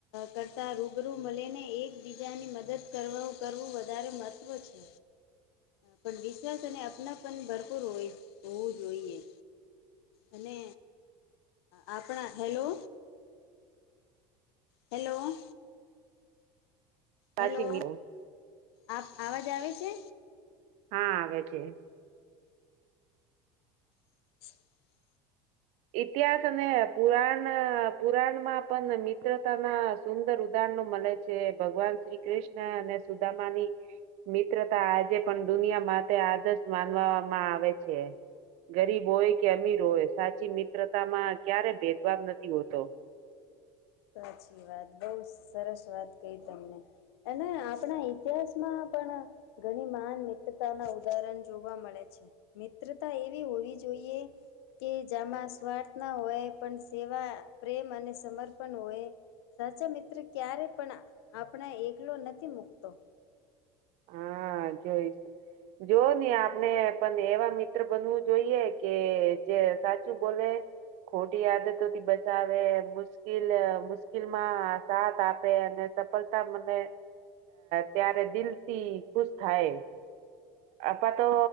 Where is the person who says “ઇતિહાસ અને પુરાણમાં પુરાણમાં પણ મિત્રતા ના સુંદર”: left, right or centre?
Right